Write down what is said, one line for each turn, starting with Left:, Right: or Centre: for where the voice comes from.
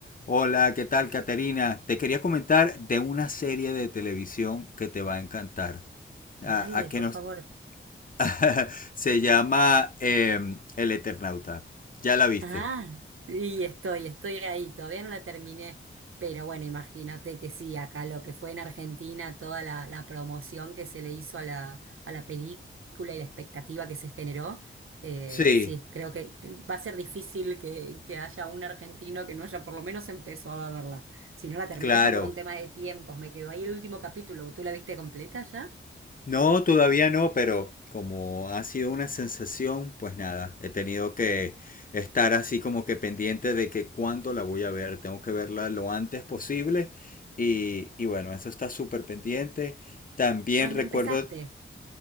Left: Hola, ¿qué tal, Caterina? Te quería comentar de una serie de televisión que te va a encantar.
Right: Dale,
Left: A, a que
Right: por
Left: nos
Right: favor.
Left: <laughs> se llama em, El Eternauta. ¿Ya la viste?
Right: Ah, y estoy, estoy ahí, todavía no la terminé. Pero bueno, imagínate que sí, acá lo que fue en Argentina, toda la, la promoción que se le hizo a la, a la película y la expectativa que se generó, eh,
Left: Sí,
Right: sí, creo que va a ser difícil que, que haya un argentino que no haya por lo menos empezado a verla. Si no la terminé
Left: claro.
Right: fue por un tema de tiempos, me quedó ahí el último capítulo. ¿Tú la viste completa ya?
Left: No, todavía no, pero como ha sido una sensación, pues nada, he tenido que estar así como que pendiente de que cuándo la voy a ver. Tengo que verla lo antes posible y, y bueno, eso está súper pendiente. También
Right: Ah,
Left: recuerdo
Right: no empezaste.